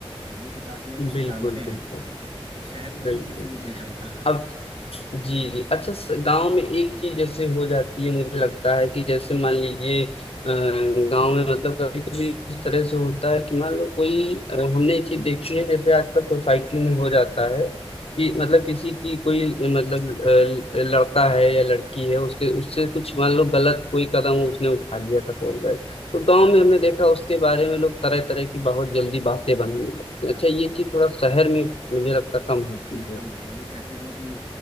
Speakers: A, on the right; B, on the left.
A: और वो पचास लोग उसे
B: बिल्कुल
A: जानते हैं
B: बिल्कुल
A: और शहर में
B: बिल्कुल
A: कोई किसी को नहीं जानता <laughs>
B: अब जी जी अच्छा स- गांव में एक चीज जैसे हो जाती है मुझे लगता है कि जैसे मान लीजिए अ, गांव में मतलब कभी कभी इस तरह से होता है कि मान लो कोई अ, हमने ये चीज देखी है जैसे आजकल सोसाइटी में हो जाता है कि मतलब किसी की कोई अ, मतलब अ, ल- लड़का है या लड़की है उसके उससे कुछ मान लो गलत कोई कदम उसने उठा लिया था बोल रहे तो गांव में हमने देखा उसके बारे में लोग तरह तरह की बहुत जल्दी बातें बनाने लगते हैं
A: हाँ
B: अच्छा ये चीज थोड़ा शहर में मुझे लगता कम होती
A: न-
B: है
A: कम हो गया वो कहते हैं ना कि